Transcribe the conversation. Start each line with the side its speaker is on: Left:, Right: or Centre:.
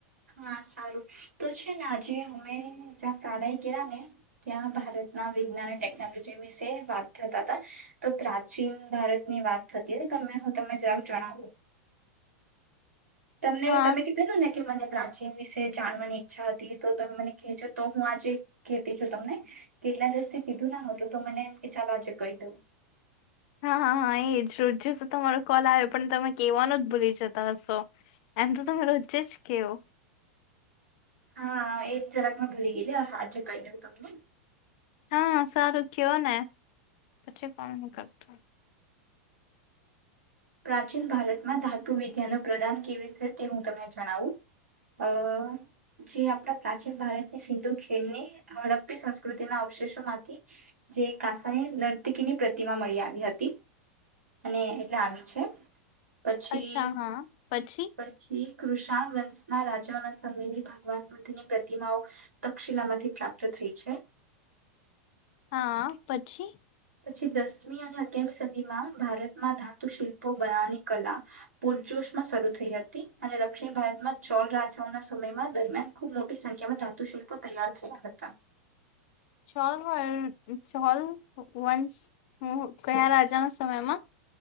Right: હા સારું તો છ આજી મે જાતે સાળાઈ ગયા ને ત્યાં ભારતના વિજ્ઞાન અને ટેકનોલોજી વિશે વાત થતા હતા તો પ્રાચીન ભારતની વાત થતી હતી તમે હું તમને જરાબ જણાવું. તમને
Left: હા
Right: તમે કીધેું ને કે મને પ્રાચીન વિશે જાણવાની ઈચ્છા હતી તો તમે મને કહે છો તો હું આજે કહતી છું તમને કેટલા દીવસ થી કીધું ના હતું તો મને એમ કે ચાલો આજે કહી દઉ.
Left: હા હા એ જ રોજે તો તમારો કોલ આવ પણ તમે કવાનો જ ભૂલી જતા હશો એમ તો તમે રોજે જ કેવો.
Right: હા એજ જરાક મે ભૂલી ગીધ હાજે કહી દઉં તમને.
Left: હા સારું કયો ને પછી કોમ ન કરતું.
Right: પ્રાચીન ભારતમાં ધાતુ વિદ્યા ન પ્રદાન કેવી છે તે હું તમને જણાવું અ જે આપણા પ્રાચીન ભારતની સિંધુ ખેણની હડપી સંસ્કૃતિના અવશેષોમાંથી જે કાસની નર્તીકીની પ્રતિમા મળી આવી હતી અને એટલે આવી છે. પછી
Left: અચ્છા હા પછી
Right: પછી. કૃષણ વંશના રાજાના સમયથી ભગવાન બુદ્ધની પ્રતિમાઓ તક્ષિલામાંથી પ્રાપ્ત થઈ છે.
Left: હા પછી.
Right: પછી દસમી અને અગિયારમી સદી માં ભારતમાં ધાતુ શિલ્પો બનાવની કલા પૂરજોશ માં શરૂ થઈ હતી. તી અને દક્ષિણ ભારતમાં ચોલ રાજાઓના સમયમાં દરમિયાન ખૂબ મોટી સંખ્યામાં ધાતુ શિલ્પો તૈયાર થયા હતા.
Left: છોલ છોલ વંશ હ કયા રાજાના સમયમાં